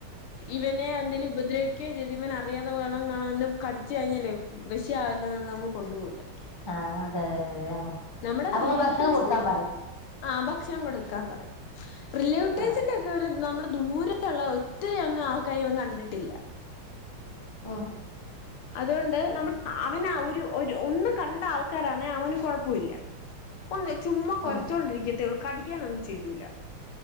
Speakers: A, on the left; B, on the left.
A: ഇവനെ അന്തേലും ഉഭദ്രക്കെ ചെ അറിയാതെ വേണം <unintelligible> കടിച്ചച്ച് കഴിഞ്ഞാൽ വിഷിയ ആല്ലോ എന്നല്ല നമ്മൾ കൊണ്ടുപോകില്ല
B: ആഹ അതെഅതെ അതെ
A: നമ്മുടെ
B: അപ്പൊങ്ങൾ
A: റിലേറ്റീവ്സിന്
B: ഭക്ഷണം കൊടുത്താൻ പറയ്
A: ആ ഭക്ഷണം കൊടുക്കാൻ പറയ റിലേറ്റീവ്സിന്റക്കെ
B: ആഹ്
A: ഒക്കെ നമ്മ ദൂരള്ള ഒരു ഒത്തിരി ഒന്നും ആ കൈവൻ കണ്ടിട്ടില്ല
B: അ
A: അതുകൊണ്ട് നമ്മ അവന ഒരു ഒന്ന് കണ്ട ആൾക്കാരാണ് അവന് കൊഴപ്പമില്ല ഒന്ന ചുമ് കുറച്ചോണ്ടിരിക്കത്തേള്ളൂ
B: ഉം
A: കടിക്കാനെന്നുംചെല്ലൂല